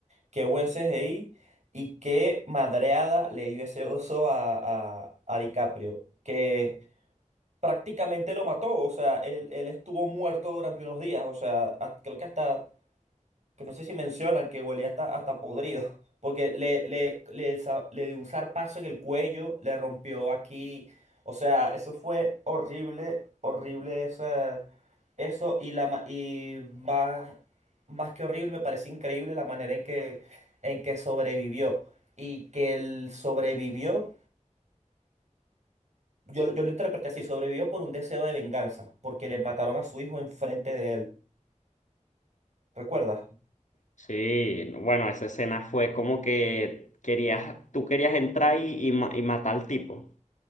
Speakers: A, on the right (about 60°); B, on the left (about 70°).
A: Qué buen CGI y qué madreada le dio ese oso a, a, a DiCaprio, que prácticamente lo mató, o sea, él, él estuvo muerto durante unos días, o sea, ha- creo que hasta que no sé si mencionan que huelía hasta, hasta podrido, porque le, le, le, sa- le dio un zarpazo en el cuello, le rompió aquí, o sea, eso fue horrible, horrible esa- eso, y, la, ma- y más, más que horrible, me parece increíble la manera en que, en que sobrevivió, y que él sobrevivió, yo, yo lo interpreté así, sobrevivió por un deseo de venganza, porque le mataron a su hijo enfrente de él, ¿recuerdas?
B: Sí, no, bueno, esa escena fue como que querías, tú querías entrar y, y, ma- y matar al tipo.